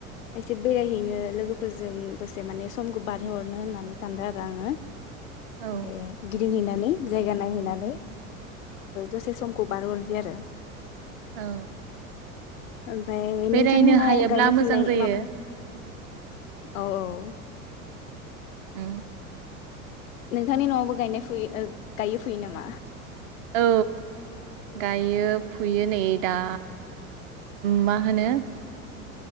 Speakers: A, on the left; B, on the right.
A: एसे बेरायहैनो लोगोफोरजों दसे माने समखौ बारहोहरनो होननानै सानदों आरो आङो
B: औ
A: माने बिद दिंहैनानै जायगा नायहैनानै दसे समखौ बारहरनोसै आरो
B: औ
A: ओमफ्राय
B: बेरायनो
A: नोंथांनि न'आव
B: हायोब्ला
A: गायनाय
B: मोजां
A: फुनाय
B: जायो
A: माबायो औ औ
B: उम।
A: नोंथांनि न'आवबो गायनाय फुयो गायो फुयो नामा
B: औ गायो फुयो नै दा मा होनो